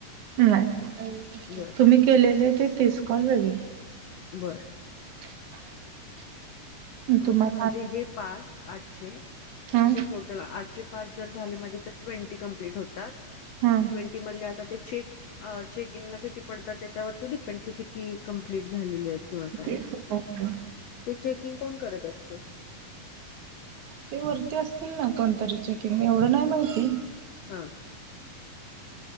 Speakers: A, on the right; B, on the left.
A: नाही.
B: बर
A: तुम्ही केलेले ते तीस कॉल वेगळे.
B: बरं.
A: <inaudible> तुम्हाला
B: आता माझे हे पाच आजचे म्हणजे
A: हा
B: टोट चला आजचे पाच जर झाले माझे, तर ट्वेंटी कंप्लीट होतात.
A: हा
B: ट्वेंटी मधले आता ते चेक अ चेकिंग ला किती पडतात त्यावरती डिपेंड की किती कंप्लीट झालेली आहेत. किंवा
A: किती
B: काय? ते चेकिंग कोण करत असत?
A: ते वरती असतील ना कोणतरी चेकिंग एवढं नाही माहिती.
B: हा.